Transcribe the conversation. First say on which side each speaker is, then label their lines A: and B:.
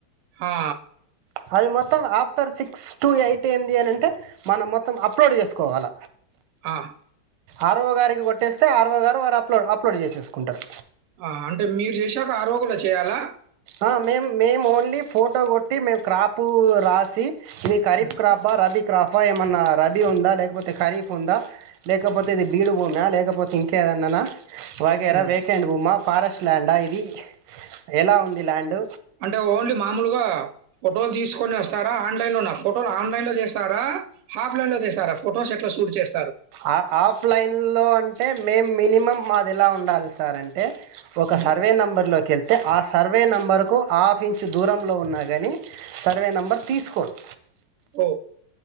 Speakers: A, on the right; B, on the right.
A: హా
B: అవి మొత్తం ఆఫ్టర్ సిక్స్ టు ఎయిట్ ఏంది అని అంటే, మనం మొత్తం అప్లోడ్ చేసుకోవాల.
A: ఆ
B: ఆర్ ఓ గారికి కొట్టేస్తే, ఆర్ఓ గారు వారు అప్లో అప్లోడ్ చేసేసుకుంటరు.
A: ఆ అంటే మీరు చేశాక ఆర్ వో కూడ చేయాలా?
B: ఆ మేము మేము ఓన్లీ ఫోటో కొట్టి మేము క్రాపు రాసి, ఇది ఖరీఫ్
A: హ్మ్.
B: క్రాపా, రబీ క్రాఫా ఏమన్నా రబీ ఉందా, లేకపోతే ఖరీఫ్ ఉందా, లేకపోతే ఇది బీడు బూమ, లేకపోతే ఇంకేదన్ననా. వైగైరా
A: హ్మ్.
B: వేకెండ్ బుమా ఫారెస్ట్ ల్యాండా ఇది, ఎలా ఉం ది ల్యాండ్
A: అంటే ఓన్లీ మామూలుగా ఫోటోలు తీసుకొని వస్ స్తారా ఆన్లైన్ లోనా, ఫోటోలు ఆన్లైన్ లో చేస్తారా ఆఫ్ లైన్లో చేసారా, ఫోటోస్ ఎట్లా షూట్ చేస్
B: అ ఆఫ్ లైన్లో అంటే మేమ్ మినిమం మాది ఎలా ఉండాలి సార్ అంటే ఒక
A: హ్మ్.
B: సర్వే నెంబర్ లో కెళ్తే ఆ సర్వే నెంబరుకు హాఫ్ ఇంచు దూరంలో ఉన్నా గని సర్వే నెంబర్ తీసుకోదు.
A: ఓ